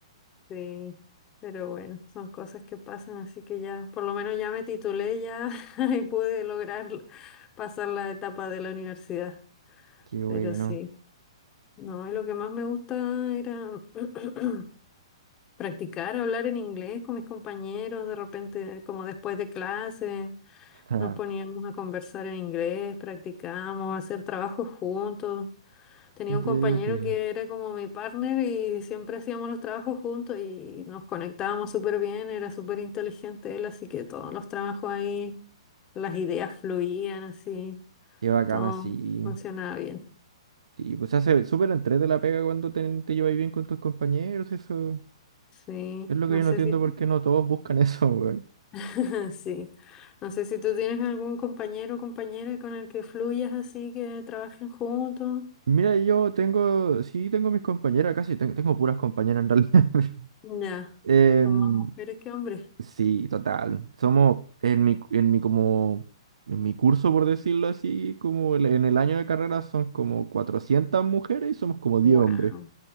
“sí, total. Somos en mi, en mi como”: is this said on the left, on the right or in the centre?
Right